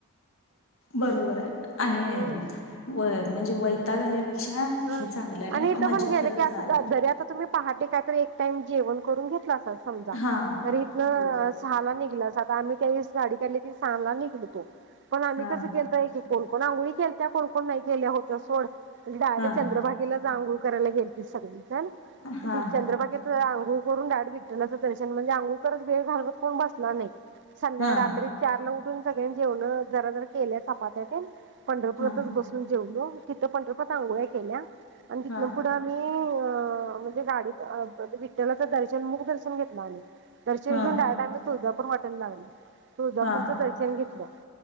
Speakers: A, on the left; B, on the right.
A: बरोबर आहे आणि
B: हम्म
A: होय म्हणजे वैताग आल्यापेक्षा
B: हा
A: हे चांगलं
B: आणि इथं
A: मज्जा
B: पण गेल
A: करत
B: की असं
A: जायला गावी
B: जरी तुम्ही पहाटे का तर एक टाईम जेवण करून घेतला समजा
A: हा
B: इथनं
A: बरोबर
B: सहाला निघला आता आम्ही त्यादिवशी गाडी काढली की सहाला निघल तो पण आम्ही
A: हा
B: कसं केलतय की कोण-कोण आंघोळी केलत्या कोण-कोण नाही केल्या होत्या सोड म्हणजे डायरेट
A: हा
B: चंद्रभगीलाच आंघोळ करायला गेलती सगळी झालं
A: हा
B: ते चंद्रभागेतून आंघोळ आंघोळ करून डायरेक्ट विठ्ठलाच दर्शन म्हणजे आंघोळ करत वेळ घालवत कोण बसला नाही संध्या
A: हा
B: रात्री चार ला उठून सगळ्यां जेवण जरा जर केल्या चपात्या त्यानं पंढरपुरातच
A: हा हा
B: बसून जेवलो तिथे पण रू त्यात आंघोळ्या केल्या अन् तिथन
A: हा
B: पुढं आम्ही अ म्हणजे गाडीत विठ्ठलाच दर्शन मुख दर्शन घेतल आम्ही दर्शन
A: हा
B: घेऊन डायरेक्ट आम्ही तुळजापूर पण हॉटेल लागलं तुळजापूरच
A: हा
B: दर्शन घेतलं